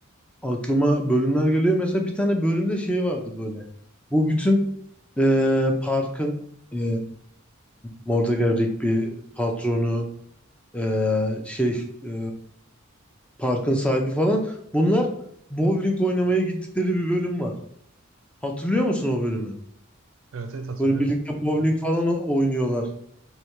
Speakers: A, in the centre; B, on the right.
A: aklıma bölümler geliyor. Mesela bir tane bölümde şey vardı böyle. Bu bütün e, parkın e, Mordecai Rigby patronu e, şey e, parkın sahibi falan. Bunlar bowling oynamaya gittikleri bir bölüm var. Hatırlıyor musun o bölümü?
B: Evet, evet hatırlıyorum.
A: Böyle birlikte bowling falan o- oynuyorlar.